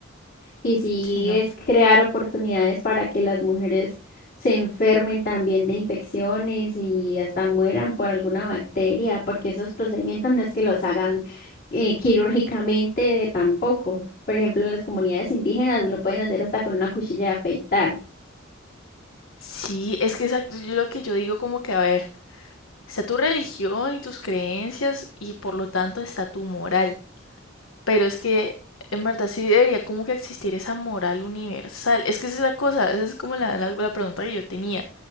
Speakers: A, on the left; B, on the left.
A: Y sí
B: sí, no.
A: es crear oportunidades para que las mujeres se enfermen también de infecciones y hasta mueran por alguna bacteria, porque esos procedimientos no es que los hagan eh, quirúrgicamente tampoco. Por ejemplo, en las comunidades indígenas lo pueden hacer hasta con una cuchilla de afeitar.
B: Sí, es que exacto, yo lo que yo digo como que, a ver, está tu religión y tus creencias y por lo tanto está tu moral. Pero es que, en verdad, sí debería como que existir esa moral universal. Es que esa es la cosa, esa es como la, la, la pregunta que yo tenía.